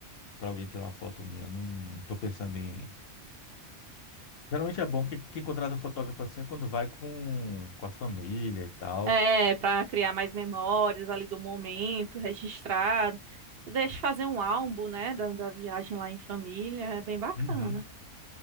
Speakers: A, on the left; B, on the right.
A: para alguém tirar uma foto minha. Não estou pensando em. Geralmente é bom que quem contrata fotógrafo assim é quando vai com, com a família e tal.
B: É, para criar mais memórias ali do momento, registrar. Deixa fazer um álbum, né, da, da viagem lá em família, é bem bacana.
A: Uhum.